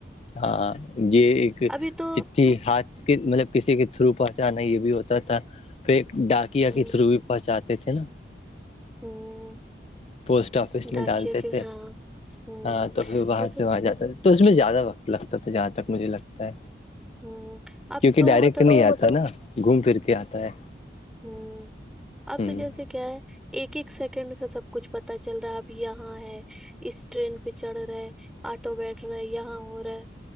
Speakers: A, on the left (about 35°); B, in the centre.
A: ہاں یہ ایک
B: ابھی تو
A: چ ٹھی ہاتھ کے مطلب کسی کے تھرو پہنچانا یہ بھی ہوتا تھا پھر ڈاکیا
B: ہوں
A: کے تھرو بھی پہنچاتے تھے نا
B: ہوں
A: پوسٹ آفس میں
B: ڈاکیا
A: ڈالتے
B: کی
A: تھے
B: ہاں ہوں
A: ہاں تو پھر وہاں
B: وہ تو
A: سے وہاں جاتا تھا تو اس میں زیادہ وقت لگتا تھا جہاں تک مجھے لگتا ہے
B: ہوں اب
A: کیونکہ
B: تو
A: ڈائریکٹ
B: مطلب
A: نہیں آتا تھا نا گھوم پھر کے آتا ہے
B: ہوں اب
A: ہ
B: تو جیسے کیا ہے ایک ایک سیکنڈ کا سب کچھ پتا چل رہا اب یہاں ہے اس ٹرین پہ چڑھ رہے آٹو بیٹھ رہے ہے یہاں ہو رہا ہے